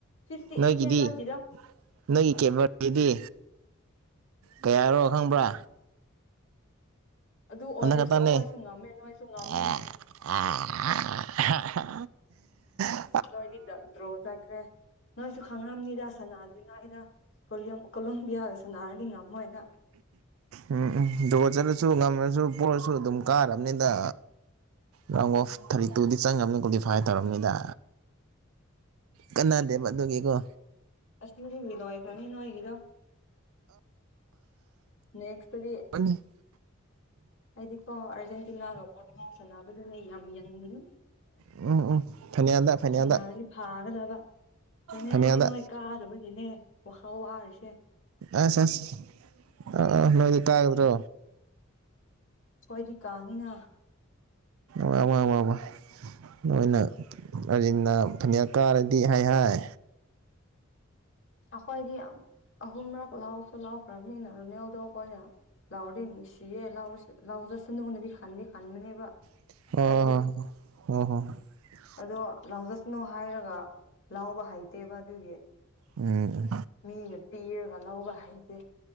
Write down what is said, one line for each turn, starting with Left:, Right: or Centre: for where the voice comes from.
Left: ꯐꯤꯐꯇꯤ
Right: ꯅꯣꯏꯒꯤꯗꯤ
Left: ꯑꯩꯠꯅꯦ ꯅꯣꯏꯒꯤꯗꯣ
Right: ꯅꯣꯏꯒꯤ ꯀꯦꯕ꯭ꯔꯇꯤꯗꯤ ꯀꯌꯥꯔꯣ ꯈꯪꯕ꯭ꯔꯥ
Left: ꯑꯗꯨ ꯑꯣꯏꯔꯁꯨ
Right: ꯑꯃ ꯈꯠꯡꯅꯦ
Left: ꯑꯩꯈꯣꯏꯁꯨ ꯉꯝꯃꯦ ꯅꯣꯏꯁꯨ ꯉꯝꯃꯦꯅ
Right: ꯑ ꯑ ꯑ ꯑ ꯍ ꯍ <unintelligible>
Left: ꯅꯣꯏꯗꯤ ꯗ ꯗ꯭ꯔꯣ ꯆꯠꯈ꯭ꯔꯦ ꯅꯣꯏꯁꯨ ꯈꯪꯉꯝꯅꯤꯗ ꯁꯅꯥꯗ꯭ꯔꯤꯉꯩ ꯀꯣꯂꯤꯌꯝ ꯀꯣꯂꯣꯕꯤꯌꯥꯒ ꯁꯅꯔꯗꯤ ꯉꯝꯃꯣꯏꯅ
Right: ꯎꯝ ꯎꯝ ꯗ꯭ꯔꯣ ꯆꯠꯂꯁꯨ ꯉꯝꯃꯁꯨ ꯄꯣꯔꯁꯨ ꯑꯗꯨꯝ ꯀꯥꯔꯅꯤꯗ ꯔꯥꯎꯟ ꯑꯣꯐ ꯊꯥꯔꯇꯤ ꯇꯨꯗꯤ ꯆꯪꯉꯕꯅꯤ ꯀ꯭ꯋꯥꯂꯤꯐꯥꯏ ꯇꯧꯔꯕꯝꯅꯤꯗ ꯀꯅꯥꯗꯦꯕ ꯑꯗꯨꯒꯤꯀꯣ
Left: ꯑꯁ ꯇꯨꯗꯤ ꯂꯣꯢꯈ꯭ꯔꯅꯤ ꯅꯣꯏꯒꯤꯗꯣ ꯅꯦꯛꯁꯇꯒꯤ
Right: ꯎꯝ
Left: ꯑꯩꯗꯤꯀꯣ ꯑꯔꯖꯦꯟꯇꯤꯅꯥꯒ ꯄꯣꯔꯇꯨꯒꯜ ꯁꯥꯟꯅꯕꯗꯨꯅꯦ ꯌꯥꯝ ꯌꯦꯡꯅꯤꯡꯉꯤ
Right: ꯎꯝ ꯎꯝ ꯐꯥꯏꯅꯦꯜꯗ ꯐꯥꯏꯅꯦꯜꯗ
Left: ꯁꯅꯥꯔꯤ ꯐꯥꯒꯗꯕ ꯐꯥꯏꯅꯦꯜꯗꯤ
Right: ꯐꯥꯏꯅꯦꯜꯗ
Left: ꯅꯣꯏ ꯀꯥꯗꯕꯒꯤꯅꯦ ꯋꯥꯥꯈꯜ ꯋꯥꯔꯦ
Right: ꯑꯁ ꯑꯁ ꯑꯥ ꯑꯥ ꯅꯣꯏꯗꯤ ꯀꯥꯒꯗꯕꯗꯣ
Left: ꯈꯣꯏꯗꯤ ꯀꯥꯅꯤꯅ
Right: ꯋꯥ ꯋꯥ ꯋꯥ ꯋꯥ ꯅꯣꯏꯅ ꯑꯥꯔꯖꯤꯟꯗꯤꯅ ꯐꯅꯥꯟ ꯀꯥꯔꯗꯤ ꯍꯥꯏ ꯍꯥꯏ
Left: ꯑꯩꯈꯣꯏꯗꯤ ꯑꯍꯨꯝꯔꯛ ꯂꯧꯁꯨ ꯂꯧꯈ꯭ꯔꯕꯅꯤꯅ ꯔꯣꯅꯥꯜꯗꯣ ꯈꯣꯏꯅ ꯂꯥꯎꯗꯤ ꯅꯨꯡꯁꯤꯌꯦ ꯂꯥꯎꯔꯁꯨ ꯂꯥꯎꯖꯁꯅꯨꯅ ꯈꯟꯗꯤ ꯈꯟꯕꯅꯦꯕ
Right: ꯍꯣ
Left: ꯑꯩꯗꯤ
Right: ꯍꯣ ꯍꯣ ꯍꯣꯏ ꯍꯣꯏ
Left: ꯑꯗꯣ ꯂꯥꯎꯖꯁꯅꯣ ꯍꯥꯏꯔꯒ ꯂꯥꯎꯕ ꯍꯩꯇꯦꯕ ꯑꯗꯨꯒꯤ
Right: ꯎꯝ
Left: ꯃꯤꯅ ꯄꯤꯔꯒ ꯂꯧꯕ ꯍꯩꯇꯦ